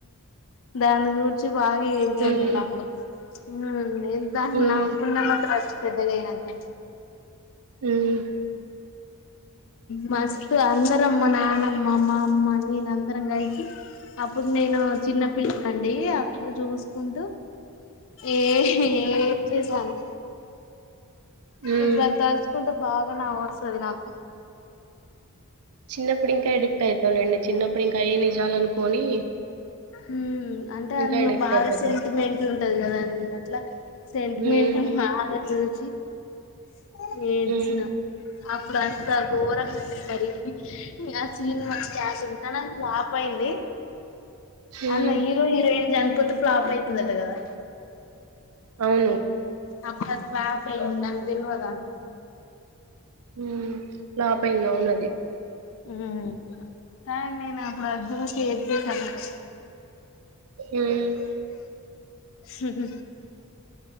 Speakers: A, on the left (about 60°); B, on the right (about 70°).
A: దాన్ని దూడ్చి బాగా ఏడ్చాను
B: హ్మ్
A: నేను అప్పుడు <inaudible> ఇంకా
B: హ్మ్
A: నవుకున్న మాత్రచ్చ పెద్దగయినంక
B: హమ్
A: మస్త్ అందరమ్మ నానమ్మ మా అమ్మ నేను అందరం కలిసి అప్పుడు నేను చిన్న పిల్లన్ అండి అప్పుడు చూసుకుంటు ఏ ఏడ్చేశాను
B: హ్మ్.
A: ఇబ్బుడు అది తల్చుకుంటె బాగ నవ్వొస్తది నాకు
B: చిన్నప్పుడు ఇంక ఎడిక్ట్ అవుతానండి చిన్నప్పుడు ఇంక అయ్యే నిజాల్ అనుకోని
A: హమ్ అంటే
B: ఇంకా
A: అందులో
B: ఎడిక్ట్
A: బాగ
B: అయిపోతాం
A: సెంటిమెంట్ ఉంటది కదా అండి అట్లా సెంటిమెంట్
B: హ్మ్
A: బాగ చూసి చి ఏడ్చిన
B: హ్మ్
A: అప్పుడు ఇ ఘోరంగా ఉంటది మరి ఆ సీన్ మంచి చేసి కనీ ఆది ఫ్లాప్ అయింది
B: హ్మ్
A: అన్న హీరో హీరోయిన్ ఎన్ పోతే ఫ్లాప్ అయితదట కదా
B: అవును
A: అబ్బ ఫ్లాప్ అయ్యింది నాకు తేల్వదంట
B: ఉమ్మ్ ఫ్లాప్ అయ్యింది అవునది
A: హుమ్మ్ కాని నేనప్పుడు అది చూసి ఏడ్చేశాన్ తెల్సా
B: హుమ్
A: హు హు